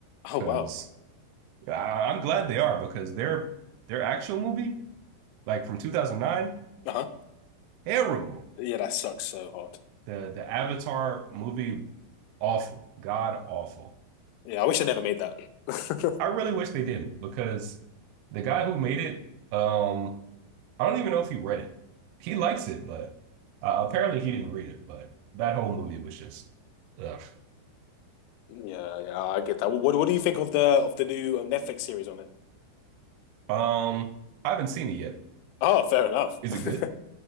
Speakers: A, on the left; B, on the right.
A: Oh
B: because
A: wow,
B: I'm glad they are because their their actual movie like from 2009
A: uh-huh.
B: terrible.
A: Yeah, that sucks so hard.
B: the the Avatar movie awful, god awful.
A: Yeah, I wish I never made that. <laughs>
B: I really wish they didn't because the guy who made it, um, I don't even know if he read it. He likes it, but uh, apparently he didn't read it. But that whole movie was just, ugh.
A: Yeah, yeah, I get that. What what do you think of the of the new um, Netflix series on it?
B: Um, I haven't seen it yet.
A: Oh, fair enough.
B: Is
A: <laughs>
B: it good?